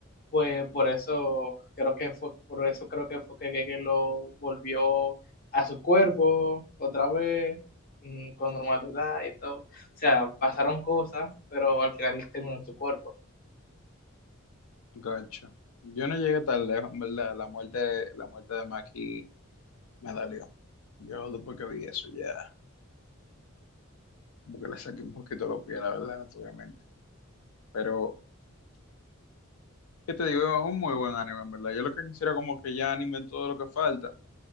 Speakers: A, on the left; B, on the left.
A: pues por eso creo que fue, por eso creo que fue que Gege lo volvió a su cuerpo otra vez mm, con normalidad y todo. O sea, pasaron cosas, pero al final terminó en su cuerpo.
B: gacho. Yo no llegué tan lejos, en verdad. La muerte, la muerte de Maki me dolió. Yo después que vi eso ya, como que le saqué un poquito los pies, la verdad, naturalmente. Pero, ¿qué te digo? Es un muy buen anime, en verdad. Yo lo que quisiera como que ya animen todo lo que falta.